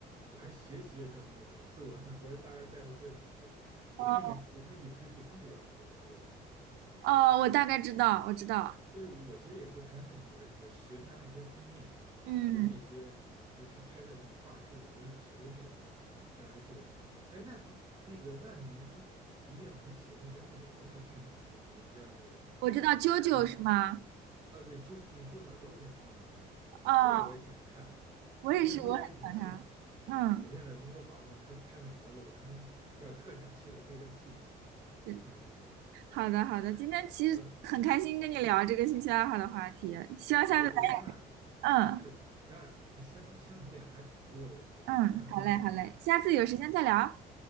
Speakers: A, on the right (about 25°); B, on the right (about 85°).
A: 我还学习着他们那个怎么做呢。<laughs> 我是大概带着这么一个，
B: 哦
A: 我看影我看影视剧风比较多，你知道吗？
B: 哦，我大概知道，我知道。
A: 就是我其实也不是看他内容，我是我是学他那些封面，
B: 嗯，
A: 学那些就是他拍摄那个画质，我想学学那个，大概是这样。哎，那那个那您一定很喜欢那个在美国那个拍美食那个，您知道那个人吗？就是那个
B: 我知道啾啾是吗？
A: 呃，对周那个周小周，他中文名是那个我也挺爱看的，
B: 哦，我也是，
A: 因为离我也挺近的。
B: 我很喜欢他。嗯，
A: 我现在在温哥华嘛，他拍美国的，我还能要特想去的，可以再去一去，我觉得挺有意思的。
B: 是好的好的，今天其实很开心跟你聊这个兴趣爱好的话题，
A: 呃，嗯。
B: 希望下次来，
A: 对，我觉得咱俩
B: 嗯
A: 是咱俩相同相同点还挺多的，我觉得。
B: 嗯，
A: <laughs>
B: 好嘞好嘞，下次有时间再聊。
A: 嗯